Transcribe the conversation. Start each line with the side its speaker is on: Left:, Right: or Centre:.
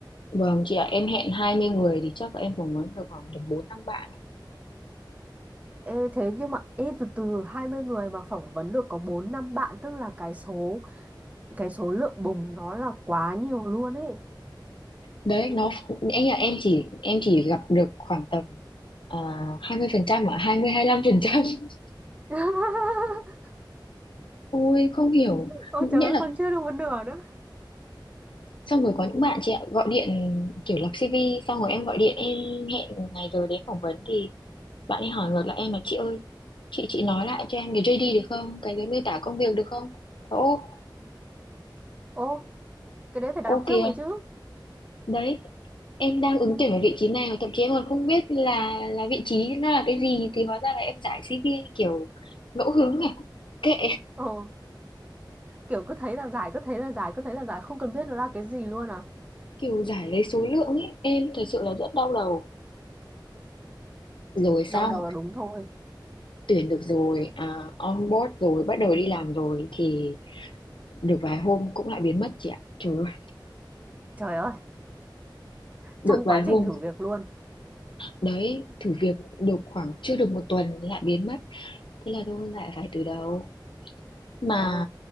Left: vâng, chị ạ, em hẹn 20 người thì chắc là em phỏng vấn được khoảng tầm bốn năm bạn.
Right: Ê, thế nhưng mà ê, từ từ 20 người mà phỏng vấn được có 4 5 bạn tức là cái số cái số lượng bùng nó là quá nhiều luôn ấy
Left: Đấy, nó em nghĩ là em chỉ em chỉ gặp được khoảng tầm à, hai mươi à, 20% ạ, hai mươi hai lăm phần trăm <laughs>
Right: <laughs>
Left: Ôi không hiểu,
Right: ôi
Left: nghĩa
Right: trời ơi
Left: là
Right: còn chưa được một nửa nữa
Left: xong rồi có những bạn chị ạ gọi điện kiểu lập CV xong rồi em gọi điện em hẹn ngày rồi đến phỏng vấn thì bạn ấy hỏi ngược lại em là chị ơi chị chị nói lại cho em cái JD được không cái cái miêu tả công việc được không ô
Right: ô cái đấy phải đọc
Left: ô
Right: trước
Left: kìa
Right: rồi chứ
Left: đấy em đang ứng tuyển ở vị trí này mà thậm chí em còn không biết là là vị trí nó là cái gì thì hóa ra là em giải CV kiểu ngẫu hứng này kệ
Right: ờ kiểu cứ thấy là giải cứ thấy là giải cứ thấy là giải không cần biết nó là cái gì luôn à
Left: kiểu giải lấy số lượng ấy em thật sự là rất đau đầu rồi xong
Right: đau đầu là đúng thôi
Left: tuyển được rồi à, on board rồi bắt đầu đi làm rồi thì được vài hôm cũng lại biến mất chị ạ trời ơi
Right: trời ơi
Left: được
Right: trong
Left: vài
Right: quá
Left: hôm
Right: trình thử việc luôn
Left: Đấy, thử việc được khoảng chưa được một tuần lại biến mất. Thế là thôi lại phải từ đầu. Mà
Right: ờ